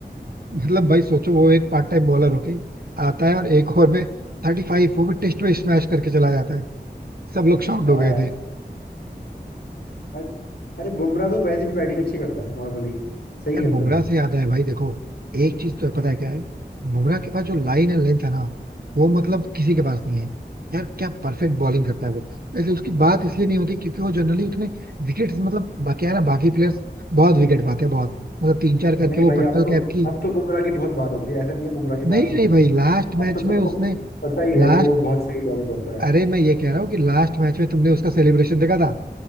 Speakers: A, on the right; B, on the left.
A: मतलब भाई सोचो वो एक पार्ट टाइम बॉलर होके आता है और एक ओवर में थर्टी फाइव वो भी टेस्ट में स्मैश करके चला जाता है सब लोग शॉक्ड
B: हाँ
A: हो गए
B: यार आज अरे बुमराह तो वैसे भी बैटिंग अच्छी करता है नॉर्मली सही खेलता
A: यार बुमराह
B: है वो।
A: से याद है भाई देखो एक चीज तो है, पता है क्या है बुमराह के पास जो लाइन एंड लेंथ है ना वो मतलब किसी के पास नहीं है यार क्या परफेक्ट बॉलिंग करता है वो वैसे उसकी बात इसलिए नहीं होती क्योंकि वो जनरली उतने विकेट मतलब बाकी है ना बाकी प्लेयर्स बहुत विकेट पाते हैं बहुत मतलब तीन चार करके
B: नहीं
A: वो
B: भाई
A: पर्पल
B: अब तो
A: कैप की
B: अब तो बुमराह की बहुत बात होती है ऐसा नहीं है बुमराह की
A: नहीं
B: बात नहीं
A: नहीं
B: होती
A: भाई
B: है
A: लास्ट
B: अब
A: मैच
B: तो सबको
A: में उसने
B: पता ही है
A: लास्ट
B: कि वो बहुत सही बॉलिंग करता है
A: अरे मैं ये कह रहा हूँ कि लास्ट मैच में तुमने उसका सेलिब्रेशन देखा था